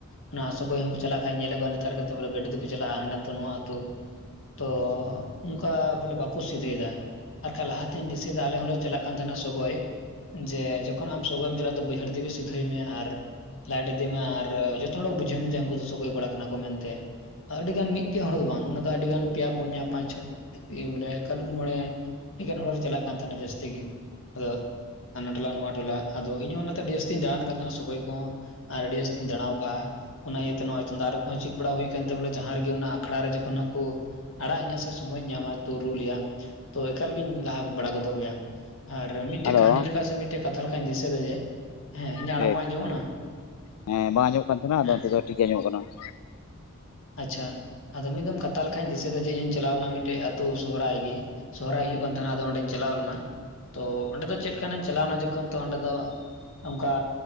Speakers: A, on the left; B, on the left.
A: ᱚᱱᱟ ᱥᱚᱜᱚᱭ ᱦᱚᱸᱠᱚ ᱪᱟᱞᱟᱜ ᱠᱷᱟᱡ ᱧᱮᱞᱮᱫ ᱠᱚᱼᱟ ᱱᱮᱛᱟᱨ ᱠᱟᱛᱮᱜ ᱜᱟᱹᱰᱤ ᱛᱮᱠᱚ ᱪᱟᱞᱟᱜᱼᱟ ᱦᱟᱸᱱᱟ ᱟᱹᱛᱩ ᱱᱚᱣᱟ ᱟᱹᱛᱩ ᱛᱚ ᱚᱱᱠᱟ ᱵᱚᱞᱮ ᱵᱟᱠᱚ ᱥᱤᱫᱟᱹᱭᱮᱫᱟ ᱟᱨᱠᱷᱟᱱ ᱞᱟᱦᱟᱛᱤᱧ ᱫᱤᱥᱟᱹᱭᱮᱫᱟ ᱟᱞᱮ ᱦᱚᱸᱞᱮ ᱪᱟᱞᱟᱜ ᱠᱟᱱ ᱛᱟᱸᱦᱮᱱᱟ ᱥᱚᱜᱚᱭ ᱡᱮ ᱡᱚᱠᱷᱚᱱ ᱟᱢ ᱥᱚᱜᱚᱭ ᱮᱢ ᱪᱟᱞᱟᱜ ᱵᱟᱹᱭᱦᱟᱹᱲ ᱛᱮᱜᱮ ᱥᱤᱫᱷᱟᱹᱭ ᱢᱮ ᱟᱨ ᱞᱟᱭᱤᱴ ᱤᱫᱤ ᱢᱮ ᱟᱨ ᱡᱚᱛᱚ ᱦᱚᱲ ᱵᱩᱡᱷᱟᱹᱣ ᱢᱩᱡᱷᱟ ᱩᱱᱠᱩ ᱫᱚ ᱥᱚᱜᱟᱹᱭ ᱠᱚᱲᱟ ᱠᱟᱱᱟ ᱠᱚ ᱢᱮᱱᱛᱮ ᱟᱹᱰᱤᱜᱟᱱ ᱢᱤᱫᱴᱮᱱ ᱦᱚᱲ ᱫᱚ ᱵᱟᱝ ᱚᱱᱟ ᱫᱚ ᱟᱹᱰᱤᱜᱟᱱ ᱯᱮᱭᱟ ᱯᱩᱱᱭᱟ ᱯᱟᱸᱪ ᱪᱷᱚᱴᱤ ᱵᱚᱞᱮ ᱠᱟᱹᱞᱩ ᱢᱚᱬᱮ ᱢᱤᱫ ᱴᱟᱝ ᱦᱚᱲᱞᱮᱢ ᱪᱟᱞᱟᱜ ᱠᱟᱱ ᱛᱟᱦᱮᱱᱟ ᱡᱟᱹᱥᱛᱤ ᱜᱮ, ᱟᱫᱚ ᱦᱟᱱᱟ ᱴᱚᱞᱟ ᱱᱚᱣᱟ ᱴᱚᱞᱟ ᱟᱫᱚ ᱤᱧᱦᱚ ᱟᱹᱰᱤ ᱡᱟᱹᱥᱛᱤᱧ ᱫᱟᱬᱟᱱ ᱠᱟᱱ ᱛᱟᱦᱮᱱᱟ ᱥᱚᱜᱚᱭ ᱠᱚᱦᱚ ᱟᱨ ᱟᱹᱰᱤ ᱡᱟᱹᱥᱛᱤᱧ ᱫᱟᱲᱟᱣ ᱠᱟᱜᱼᱟ᱾ ᱚᱱᱟ ᱤᱭᱟᱹᱛᱮ ᱱᱚᱜᱼᱚᱭ ᱛᱩᱢᱫᱟᱜ ᱨᱩ ᱠᱚᱸ ᱪᱮᱫ ᱵᱟᱲᱟ ᱦᱩᱭ ᱠᱟᱱ ᱵᱚᱞᱮ ᱡᱟᱦᱟᱸ ᱨᱮᱜᱮ ᱚᱱᱟ ᱟᱠᱷᱲᱟ ᱨᱮ ᱡᱚᱠᱷᱚᱱ ᱠᱚ ᱟᱲᱟᱜ ᱤᱧᱟᱹ ᱥᱮ ᱥᱚᱢᱚᱭ ᱤᱧ ᱧᱟᱢᱟ ᱛᱚ ᱨᱩ ᱨᱮᱭᱟᱜ ᱛᱚ ᱮᱠᱟᱞᱜᱤᱧ ᱞᱟᱦᱟ ᱵᱟᱲᱟ ᱜᱚᱫᱚᱜ ᱜᱮᱭᱟ᱾ ᱟᱨ ᱢᱤᱫᱴᱮᱡ
B: ᱟᱫᱚ
A: ᱠᱟᱹᱦᱱᱤ ᱞᱮᱠᱟ ᱥᱮ ᱢᱤᱫᱴᱮᱡ ᱠᱟᱛᱷᱟ ᱞᱮᱠᱟᱧ ᱫᱤᱥᱟᱹᱭᱟ ᱡᱮ ᱦᱮᱸ ᱤᱧᱟᱹᱜ
B: ᱴᱤᱠ
A: ᱟᱲᱟᱝ ᱵᱟᱝ ᱟᱸᱡᱚᱢᱚᱜ ᱠᱟᱱᱟ
B: ᱦᱮᱸ ᱵᱟᱝ ᱟᱸᱡᱚᱢᱚᱜ ᱠᱟᱱ ᱛᱟᱦᱮᱱᱟ ᱟᱫᱚ
A: ᱦᱮᱸ
B: ᱱᱤᱛᱚᱜ ᱫᱚ ᱴᱷᱤᱠ ᱜᱮ ᱟᱸᱡᱚᱢᱚᱜ ᱠᱟᱱᱟ ᱾
A: ᱟᱪᱪᱷᱟ ᱟᱫᱚ ᱢᱤᱫ ᱫᱚᱢ ᱠᱟᱛᱷᱟ ᱞᱮᱠᱷᱟᱧ ᱫᱤᱥᱟᱹᱭ ᱫᱟ ᱡᱮ ᱤᱧ ᱪᱟᱞᱟᱣ ᱞᱮᱱᱟ ᱢᱤᱫᱴᱮᱡ <unintelligible> ᱥᱚᱦᱚᱨᱟᱭ ᱜᱮ ᱥᱚᱦᱨᱟᱭ ᱦᱩᱭᱩᱜ ᱠᱟᱱ ᱛᱟᱦᱮᱱᱟ ᱟᱫᱚ ᱚᱸᱰᱮᱧ ᱪᱟᱞᱟᱣ ᱞᱮᱱᱟ ᱾ ᱛᱚ ᱚᱸᱰᱮ ᱫᱚ ᱪᱮᱫ ᱞᱮᱠᱟᱱ ᱤᱧ ᱪᱟᱞᱟᱣ ᱮᱱᱟ ᱡᱚᱠᱷᱚᱱ ᱛᱚ ᱚᱸᱰᱮ ᱫᱚ ᱚᱱᱠᱟ